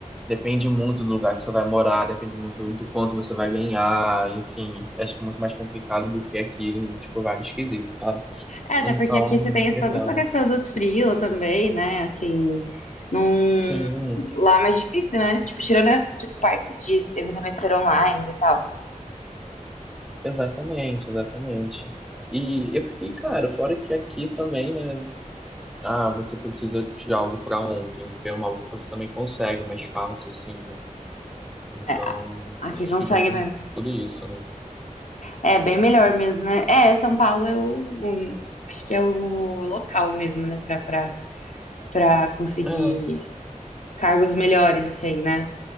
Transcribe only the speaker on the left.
É, até
porque aqui você
tem
toda essa questão dos frios também, né? Assim, num...
lá é mais difícil, né? Tipo, tirando as tipo, partes de eventualmente ser online e tal.
É, a- aqui
consegue
mesmo.
É bem melhor mesmo, né? É, São Paulo é o, o- acho que é o local mesmo, né? Pra, pra, pra conseguir
cargos melhores, assim, né?